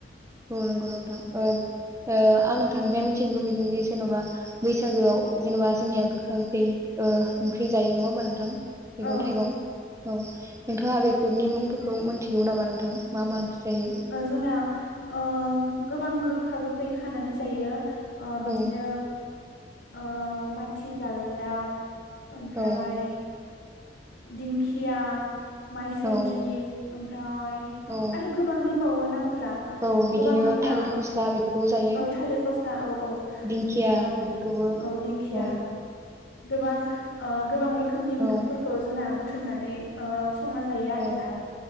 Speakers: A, on the right (about 15°); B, on the left (about 80°).
A: औ नंगौ नोंथां ओ ओ आं नोंथांनिफ्राय मिथिनो लुबैयो। जेनबा बैसागोआव जेनेबा जोंनिया गोखा गोखै ओ ओंख्रि जायो नङा होमबा नोंथां? मैगं
B: औ
A: थाइगं औ नोंथाङा बेफोरनि मुंफोरखौ मिथिगौ नामा नोंथां मा मा? जायो?
B: औ जोंना ओ गोबां गो गोखा गोखै खानानै जायो। ओ बिदिनो
A: औ
B: ओ माथि गालदाब ओमफ्राय
A: औ
B: दिंखिया माइसुन्द्रि
A: औ
B: ओमफ्राय
A: औ
B: आरो गोबां दंबावो फोरा
A: औ बिदिनो
B: गोबां जोंना
A: थालिर फस्ला बेफोरखौ जायो
B: औ थालिर फस्ला औ औ
A: दिंखिया
B: बिदिनो
A: बेफोरखौबो
B: औ दिंखिया
A: औ
B: गोबां ओ गोबां रोखोमनि मैगफोरखौ
A: औ
B: जोंना बुं थुमनानै ओ संना जायो
A: औ
B: आरोना